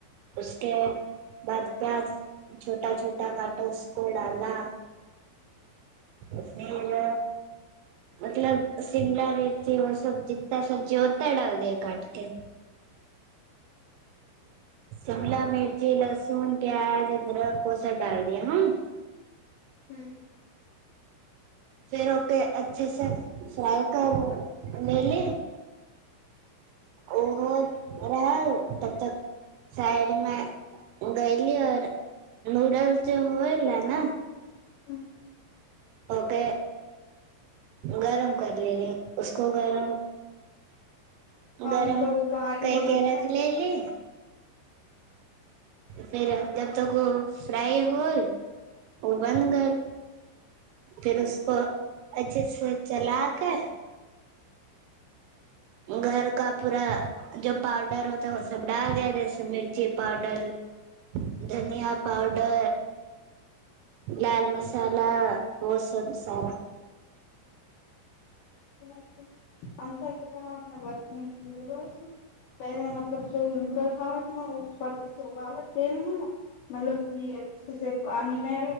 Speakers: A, on the right; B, on the left.
A: उसके बाद प्याज छोटा छोटा काँटा उसको डाला फेर मतलब शिमला मिर्च ओ सब जितना सब्जी होता है डाल द काटके शिमला मिर्ची लहसुन प्याज अदरक ओसब डाल दिय हँ
B: हूं
A: फेर ओके अच्छे से फ्राइ कर ले ले ओ हो रहल तब तक साइड मे गयली और नूडल्स जे होयले ने
B: हूं
A: ओके गरम कर लेने उसको गरम
B: हाँ
A: गरम
B: मतलब वो बाहर ही
A: कहिके
B: ले इतना
A: रख ले ली फेर जब तक ओ फ्राइ होल ओ बन गइल फिर उसको अच्छे से चला क घर का पूरा जो पाउडर होता है ओ सब डाल दिया जइसे मिर्ची पाउडर धनिया पाउडर लाल मसाला ओ सब सारा
B: अ अप ब <unintelligible> पहिल मतलब ज रूडस आ बालत तेल न मतलब की अच्छे से पानि मे